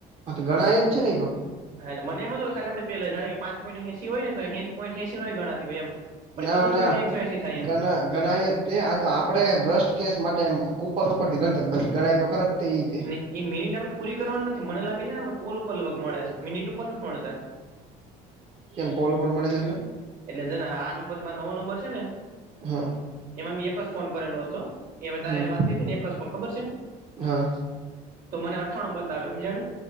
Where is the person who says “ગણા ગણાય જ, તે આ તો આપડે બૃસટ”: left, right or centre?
Right